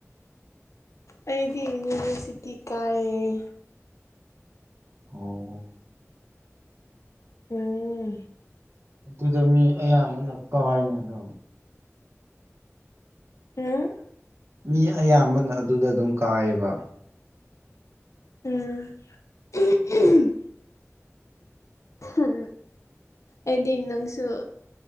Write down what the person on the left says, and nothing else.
ꯑꯩꯗꯤ ꯌꯨꯅꯤꯚꯔꯁꯤꯇꯤ ꯀꯥꯏꯌꯦ
ꯎꯝ
ꯎꯝ
ꯎꯝ ꯎꯝ ꯑꯩꯗꯤ ꯅꯪꯁꯨ